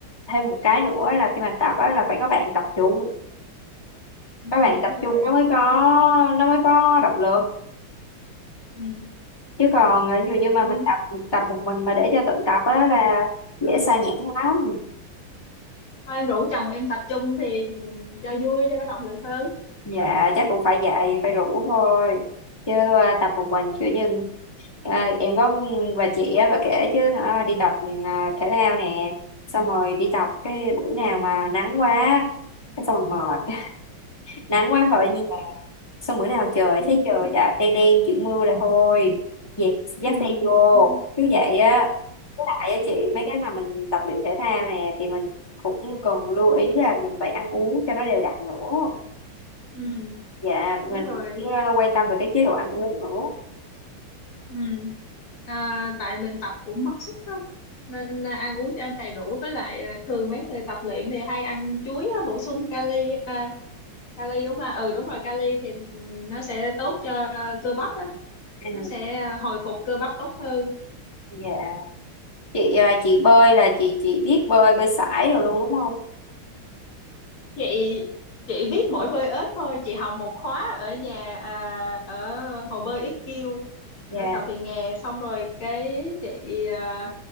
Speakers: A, on the left (about 15°); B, on the left (about 75°).
A: thêm một cái nữa là khi mà tập á là phải có bạn tập chung
B: Ừ,
A: có bạn
B: đúng
A: tập
B: rồi.
A: chung nó mới có nó mới có động lực
B: Ừ.
A: chứ còn ờ, ví dụ như mà
B: Ừ.
A: mình tập tập một mình mà để cho tự tập á là dễ sa nhãn lắm
B: Thôi em rủ chồng em tập trung thì ừ, cho vui cho có động lực hơn.
A: dạ chắc cũng phải dạy phải rủ thôi chứ ờ, tập một mình kiểu như ờ, em có bà chị á bà kể chứ hả đi tập ờ, thể thao nè xong rồi đi tập cái bữa nào mà nắng quá cái xong rồi mệt <laughs> nắng quá khỏi nhà xong bữa nào trời
B: <laughs>
A: thấy trời đã đen đen chuyển mưa là thôi dẹp dắt
B: ừ
A: xe vô
B: ừ
A: cứ vậy á Tại á chị mấy cái mà mình tập luyện thể thao nè thì mình cũng cần lưu ý là mình phải ăn uống cho nó đều đặn nữa.
B: ừ
A: Dạ
B: đúng
A: mình
B: rồi
A: phải, ờ, quan tâm về cái chế độ ăn uống nữa.
B: ừ à, tại mình tập cũng mất sức lắm nên à, ăn uống cho đầy đủ với lại à, thường mấy người tập luyện thì hay ăn chuối á, bổ sung kali à, kali đúng là ừ đúng rồi kali thì ừ, nó sẽ tốt cho à, cơ bắp á
A: À,
B: nó sẽ à, hồi phục cơ bắp tốt hơn
A: dạ chị ờ, chị bơi là chị chị biết bơi bơi sải rồi luôn đúng không?
B: chị chị biết mỗi bơi ếch thôi chị học một khóa ở nhà à, ở hồ bơi IQ
A: Dạ
B: ở cầu Thị Nghè xong rồi cái chị à,